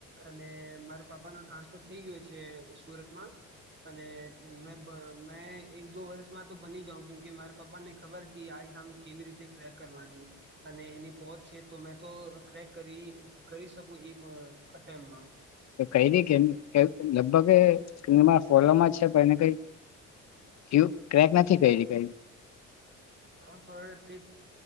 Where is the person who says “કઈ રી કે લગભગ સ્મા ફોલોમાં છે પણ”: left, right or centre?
Left